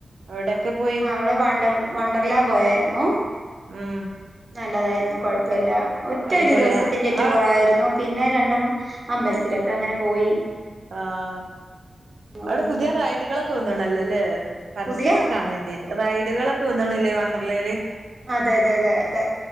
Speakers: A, on the right; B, on the right.
A: എവിടെക്കെ പോയി
B: അവള് വണ്ടർ വണ്ടർലാ പോയാരുന്നു
A: ആഹ്
B: നല്ലതായിരുന്നു കൊഴപ്പല്ല ഒറ്റ
A: അടിപൊളിയാ
B: ഒരു ദിവസത്തിന്റെ ടൂറായിരുന്നു
A: ആഹ്
B: പിന്നെ രണ്ട് മൂന്ന് അമ്പലത്തിലൊക്കെ അങ്ങനെ പോയി
A: ആഹ് അവിടെ
B: വന്നു
A: പുതിയ റൈഡുകളൊക്കെ വന്നണല്ലോല്ലേ പരസ്യം
B: പുതിയ
A: ഒക്കെ കാണലിണ്ടയ്നിം റൈഡുകളൊക്കെ വന്നണ്ല്ലേ വണ്ടർലയില്
B: അതെ അതെ അതെ അതെ